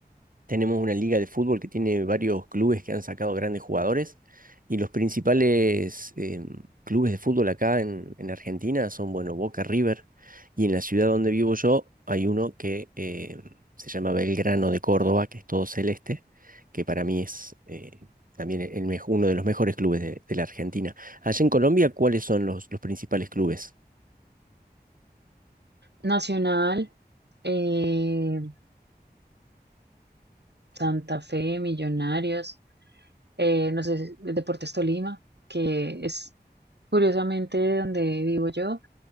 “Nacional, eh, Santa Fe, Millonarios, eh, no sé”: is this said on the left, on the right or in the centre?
Right